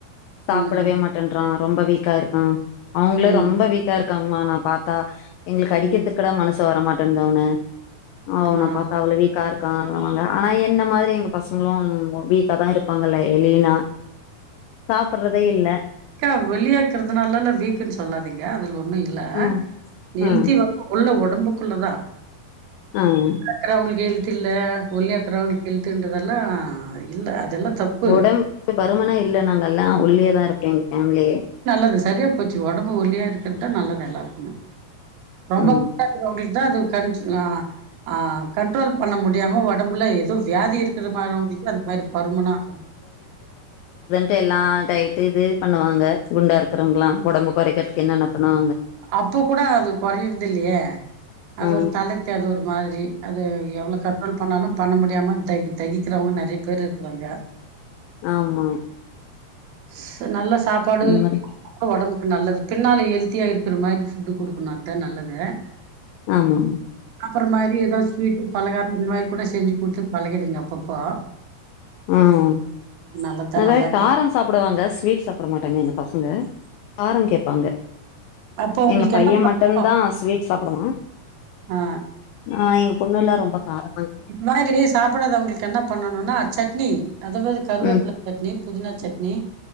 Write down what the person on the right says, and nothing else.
ம்ஹூ
ம்
ம்
ஆ
கா ஒல்லியாக்குறதுனாலா வீக்குன் சொல்லாதீங்க அதுல் ஒன்னு இல்ல
ஹெல்த்தி
வந்து உள்ள ஒடம்புக்குள்ளதா
<unintelligible> வுங்களுக் ஹெல் தில்ல ஒல்லியா இருக்கிறவங்ளுக் ஹெல்த்துன்றதெல்லா அ இல்ல அதெல்லா தப்பு
அ சேரியா போச்சு ஒடம்பு ஒலியா இருக்கற் தா நல்லது எல்லாருக்குமே ரொம்ப
<unintelligible> தா அது கண்ட் ஆ ஆ கண்ட்ரோல் பண்ண முடியாம ஒடம்புல எதோ வியாதி இருக்கிற <unintelligible> அது மாரி பருமனா ஆகும்
அப்போ கூட அது கொறையறது இல்லையே அது
ஒரு தல தேட் ஒரு மாதிரி அது எவ்ளோ கண்ட்ரோல் பண்ணாலு பண்ண மு யாமக் தகி தகிக்கிறவங்க நறைய பேர் இருக்குறாங்க
ஸ் நல்லா சாப்பாடு
ஒடம்புக் ம் நல்லது பின்னால ஹெல்த்தியா இருக்குற மாரி ஃபுட்டு குடுக்குணு அத் தா நல்லது
சாப்புற மாரி ஏதாது ஸ்வீட்டு பலகாரோ இந்த மாரி கூட செஞ்சு குட்த்து பழகிடுங்க அப்பப்போ
நல்லதுதான்
நல்லாருக்கு.
அப்போ உங்களுக்கு
என்ன பண்ணணும்
ஆ.
இது மாதிரி சாப்புடாதவங்களுக்கு என்ன பண்ணணுன்னா சட்னி அதுவது கருவேப்பில
சட்னி புதினா சட்னி